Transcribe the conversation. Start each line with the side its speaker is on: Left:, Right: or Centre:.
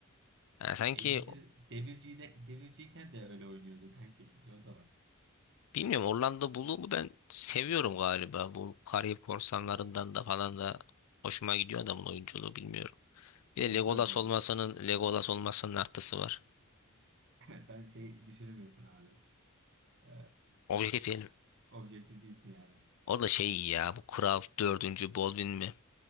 Left: Yani sanki
Right: Ya İngiltere
Left: o-
Right: demirciyi de, demirciyken de öyle oynuyordu kanka şimdi o da var.
Left: bilmiyorum Orlando Bloom'u ben seviyorum galiba. Bu Karayip Korsanlarından da falan da hoşuma gidiyor adamın oyunculuğu bilmiyorum. Bir
Right: Will
Left: de Legolas
Right: Turner
Left: olmasının
Right: diyorsun.
Left: Legolas olmasının artısı var.
Right: <laughs> Sen şey düşünemiyorsun abi. Ee,
Left: Objektif diyelim.
Right: objektif değilsin yani.
Left: O da şey iyi ya bu Kral Dördüncü Baldwin mi?